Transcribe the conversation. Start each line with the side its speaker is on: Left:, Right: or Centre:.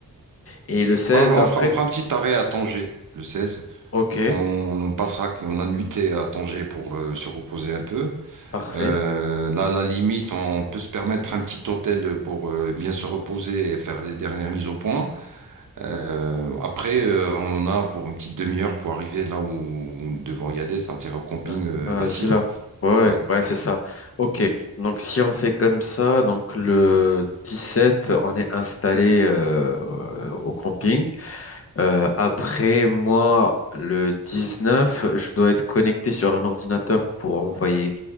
Left: Et le 16
Right: Ouais, on
Left: après,
Right: fera, on fera un petit arrêt à Tanger, le 16.
Left: ok,
Right: On, on passera la nuitée à Tanger pour euh, se reposer un peu.
Left: parfait.
Right: Euh, là, à la limite, on peut se permettre un petit hôtel pour euh, bien se reposer et faire les dernières mises au point. Euh, après, euh, on en a pour une petite demi-heure pour arriver là où où nous devons y aller, c'est-à-dire au camping
Left: Ouais.
Right: euh,
Left: Ah,
Right: d'Assila.
Left: Vas-y là. Ouais, ouais,
Right: Ouais.
Left: Ouais, c'est ça. Ok, donc si on fait comme ça, donc le 17 on est installé euh, au camping. Euh, après, moi, le 19 je dois être connecté sur un ordinateur pour envoyer